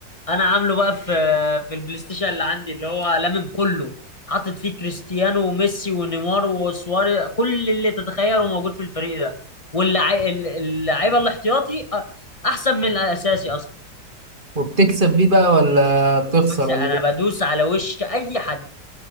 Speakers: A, on the left; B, on the right.
A: انا عامله بقى في في البلاي ستيشن اللي عندي اللي هو لامم كله حاطط فيه كريستيانو وميسي ونيمار وسواري كل اللي تتخيله موجود في الفريق ده واللعيبه اللعيبه الاحتياطي أ- احسن من الاساسي اصلا
B: وبتكسب بيه بقى ولا بتخسر
A: بكسب
B: ولا
A: انا
B: ايه
A: بدوس على وش اي حد